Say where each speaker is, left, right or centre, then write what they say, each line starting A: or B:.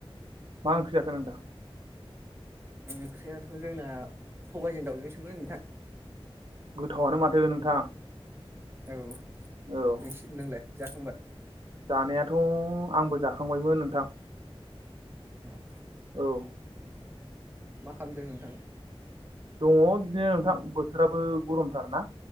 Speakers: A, on the right (about 60°); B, on the right (about 25°).
A: मा ओंख्रि जाखो नोंथां
B: ओंख्रियाथ' जोंना सबायजों दावजों सोमोन नोंथां।
A: गोथावयानो माथो नोंथां।
B: औ
A: औ
B: नोंसि नोंलाय जाखांबाय?
A: जानायाथ' आंबो जाखांबायमोन नोंथां।
B: औ
A: औ
B: मा खालामदों नोंथां?
A: दङ बिदिनो नोंथां बोथोराबो गरमथार ना।